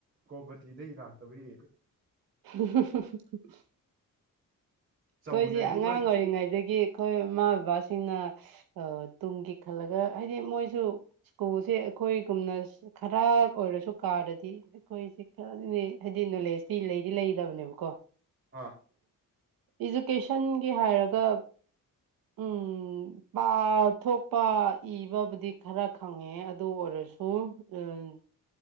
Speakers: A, on the right; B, on the right.
A: ꯀꯣꯕꯇꯤꯗꯩ ꯂꯥꯛꯇꯕꯩ
B: <unintelligible>
A: ꯆꯧꯅꯗꯤ
B: ꯈꯣꯏꯗꯤ ꯑꯉꯥꯡ
A: ꯂꯣꯏ
B: ꯑꯣꯏꯔꯤꯉꯩꯗꯒꯤ ꯑꯈꯣꯏ ꯃꯃꯥ ꯕꯕꯥꯁꯤꯡꯅ ꯑ ꯇꯨꯡꯒꯤ ꯈꯜꯂꯒ ꯍꯥꯏꯗꯤ ꯃꯣꯏꯖꯨ ꯁ꯭ꯀꯨꯜꯁꯦ ꯑꯩꯈꯣꯏꯒꯨꯝꯅ ꯈꯔ ꯑꯣꯏꯔꯁꯨ ꯀꯥꯔꯗꯤ ꯑꯩꯈꯣꯏꯁꯤ ꯈꯔꯗꯅꯤ ꯍꯥꯏꯗꯤ ꯅꯣꯂꯦꯖꯇꯤ ꯂꯩꯗꯤ ꯂꯩꯒꯗꯕꯅꯦꯕꯀꯣ
A: ꯑꯥ
B: ꯏꯖꯨꯀꯦꯁꯟꯒꯤ ꯍꯥꯏꯔꯒ ꯎꯝ ꯄꯥꯊꯣꯛꯄ ꯏꯕꯕꯨꯗꯤ ꯈꯔ ꯈꯪꯉꯦ ꯉꯦ ꯑꯗꯨ ꯑꯣꯏꯔꯁꯨ ꯎꯝ